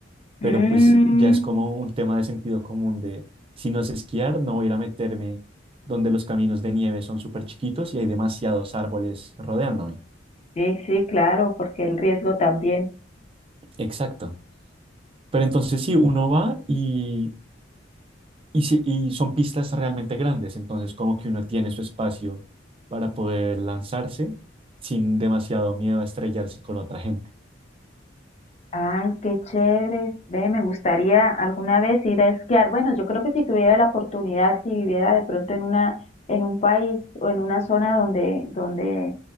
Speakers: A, on the left (about 35°); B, on the right (about 30°).
A: Mm,
B: pero pues ya es como un tema de sentido común de si no sé esquiar, no voy a ir a meterme donde los caminos de nieve son súper chiquitos y hay demasiados árboles rodeándome.
A: sí, sí, claro, porque el riesgo también.
B: Exacto. Pero entonces sí, uno va y, y, sí- y son pistas realmente grandes, entonces como que uno tiene su espacio para poder lanzarse sin demasiado miedo a estrellarse con otra gente.
A: Ay, qué chévere. Ve, me gustaría alguna vez ir a esquiar. Bueno, yo creo que si tuviera la oportunidad, si viviera de pronto en una, en un país o en una zona donde, donde